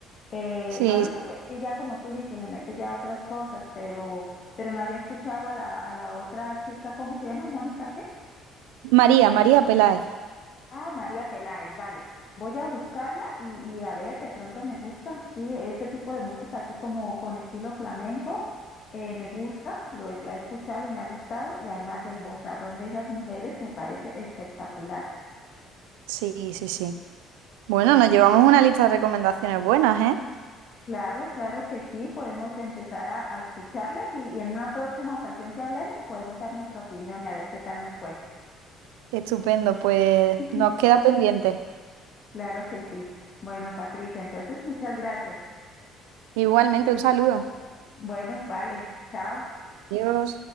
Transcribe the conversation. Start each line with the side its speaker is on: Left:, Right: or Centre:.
Left: Eh,
Right: sí.
Left: ahorita pues sí, ya como tú dices, le mete ya otras cosas, pero, pero no había escuchado a la, a la otra chica, ¿cómo se llama? Mónica, ¿qué?
Right: María, María Peláez.
Left: Ah, María Peláez, vale. Voy a buscarla y, y a ver, de pronto me gusta. Sí, este tipo de música así como con estilo flamenco, eh, me gusta, lo he, la he escuchado y me ha gustado. Y además el vozarrón de esas mujeres me parece espectacular.
Right: Sí, sí, sí. Bueno, nos llevamos una lista de recomendaciones buenas, ¿eh?
Left: Claro, claro que sí, podemos empezar a, a escucharlas y, y en una próxima ocasión que hablemos podemos dar nuestra opinión y a ver qué tal nos fue.
Right: Estupendo, pues
Left: <laughs>
Right: nos queda pendiente.
Left: Claro que sí. Bueno, Patricia, entonces muchas gracias.
Right: Igualmente, un saludo.
Left: Bueno, vale, chao.
Right: Adiós.